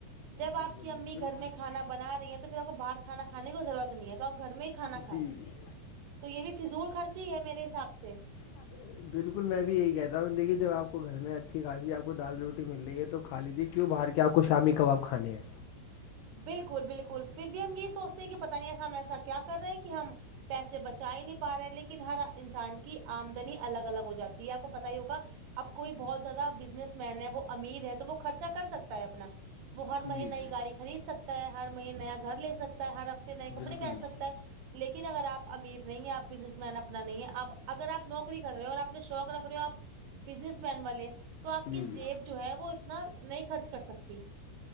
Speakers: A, on the right (about 70°); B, on the left (about 80°).
A: جب آپ
B: بالکل
A: کی امی
B: بالکل
A: گھر میں کھانا بنا رہی ہیں تو پھر آپ کو باہر کھانا کھے کو ضرورت نہیں ہے تو آپ گھر میں ہی کھانا کھائے
B: جی
A: تو یہ بھی فضول خرچ ہی ہے میرے حساب سے
B: سپ بالکل میں بھی یہی کہتا ہوں دیکھیے جب آپ کو گھر میں اچھی خاصی آپ کو دال روٹی مل رہی ہے تو کھا لیجیے کیوں بہر کے آپ کو شامی کباب کھانے ہیں
A: بالکل بالکل پھر بھی ہم یہ سوچتے ہیں کہ پتا نہیں ہم ایسا کیا کر رہے ہیں کہ ہم پیسے بچا ہی نہیں پا رہے لیکن ہر انسان کی آمدنی الگ الگ ہو جاتی ہے آپ کو پتا ہی ہوگا اب کوئی بہت زیادہ بزنس مین ہے وہ امیر ہے تو وہ خرچہ کر سکتا ہے اپنا وہ ہر مہینےہئی
B: جی جی
A: گاڑی خرید سکتا ہے ہر مہینے نیا گھر لے سکتا ہے ہر ہفتے نئے کپڑے
B: بالکل
A: پہن سکتا ہے لیکن اگر آپ امیر نہیں ہیں آپ بزنس مین اپنا نہیں ہے آپ اگر آپ نوکری کر رہے ہو اور اپنے شوق رکھ رہے ہو آپ بزنس مین والے تو آپ
B: جی
A: کی
B: جی
A: جیب جو ہے وہ اتنا نہیں خرچ کر سکتی